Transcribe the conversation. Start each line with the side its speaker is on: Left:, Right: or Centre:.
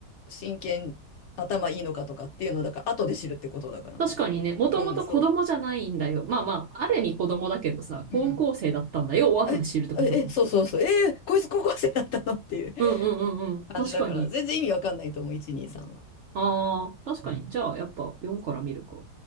Left: 真剣頭いいのかとかっていうのだから、後で知るってことだからね。
Right: 確かにね、もともと子供じゃないんだよ。
Left: うん、そ
Right: まあまあ、ある意味子供だけどさ、
Left: う。
Right: 高校生だったんだよ。
Left: うん。
Right: を後で知るってことだもんね。
Left: え、え、えそうそうそう。えーこいつ高校生だったのっていう
Right: うんうんうんうん。
Left: 感じだから、
Right: 確かに。
Left: 全然意味わかんないと思う、123は。
Right: ああ、確かに。じゃあ、やっぱ4から見るか。